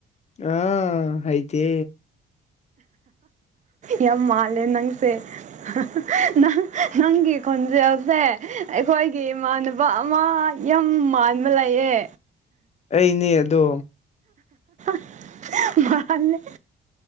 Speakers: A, on the left; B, on the right.
A: ꯑꯥ ꯍꯩꯇꯦ
B: ꯌꯥꯝ ꯃꯥꯂꯦ ꯅꯪꯁꯦ ꯅꯪ ꯅꯪ ꯅꯪꯒꯤ ꯈꯣꯟꯖꯦꯜꯁꯦ ꯑꯩꯈꯣꯏꯒꯤ ꯏꯃꯥꯟꯅꯕ ꯑꯃ ꯌꯥꯝ ꯃꯥꯟꯕ ꯂꯩꯌꯦ
A: ꯑꯩꯅꯦ ꯑꯗꯣ
B: <unintelligible> ꯃꯥꯅꯦ